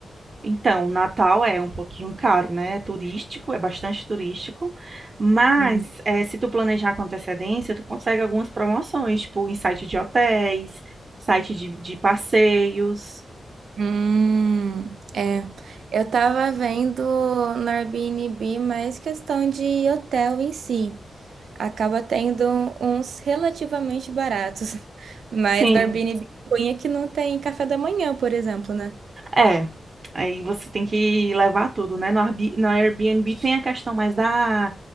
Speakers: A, on the right; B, on the right.
A: Então, o Natal é um pouquinho caro, né? É turístico, é bastante turístico, mas
B: Hum,
A: eh, se tu planejar com antecedência, tu consegue algumas promoções, tipo em site de hotéis, site de, de passeios.
B: Hum, é. Eu tava vendo no Airbnb mais questão de hotel em si. Acaba tendo uns relativamente baratos. <laughs> Mas
A: Sim,
B: no Airbnb cunha que não tem café da manhã, por exemplo, né?
A: é. Aí você tem que levar tudo, né? No, Arbi- no Airbnb tem a questão mais da